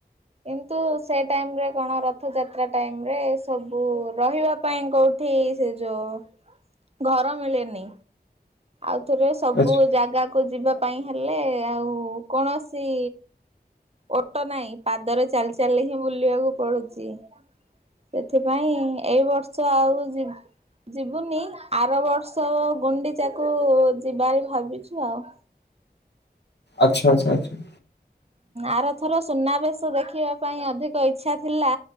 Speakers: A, on the right (about 35°); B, on the left (about 80°).
A: କିନ୍ତୁ ସେ ଟାଇମ ରେ କଣ ରଥଯାତ୍ରା ଟାଇମୀ ରେ ସବୁ ରହିବା ପାଇଁ କଉଠି ସେ ଯୋଉ ଘର ମିଳେନି। ଆଉଥରେ ସବୁ
B: ଆଚ୍ଛା
A: ଜାଗା କୁ ଯିବା ପାଇଁ ହେଲେ ଆଉ କୌଣସି ଓଟ ନାହିଁ ପାଦରେ ଚାଲି ଚାଲି ହିଁ ବୁଲିବାକୁ ପଡୁଛି। ସେଥିପାଇଁ ଏଇ ବର୍ଷ ଆଉ ଯି ଯିବୁନି। ଆର ବର୍ଷ ଗୁଣ୍ଡିଚାକୁ ଯିବାର ଭାବିଛୁ ଆଉ।
B: ଆଚ୍ଛା ଆଚ୍ଛା ଆଚ୍ଛା।
A: ଆରଥର ସୁନାବେଶ ଦେଖ ଦେଖିବା ପାଇଁ ଅଧିକ ଇଚ୍ଛା ଥିଲା